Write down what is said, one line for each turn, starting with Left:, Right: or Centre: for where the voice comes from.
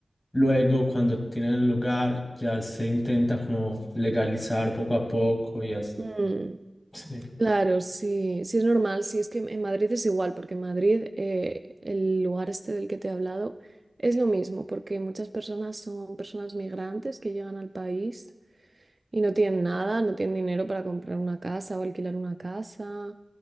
Left: luego cuando tienen el lugar ya se intenta como legalizar poco a poco y así.
Right: mm,
Left: Sí,
Right: claro, sí, sí es normal, sí es que en Madrid es igual, porque en Madrid, eh, el lugar este del que te he hablado, es lo mismo, porque muchas personas son personas migrantes que llegan al país y no tienen nada, no tienen dinero para comprar una casa o alquilar una casa,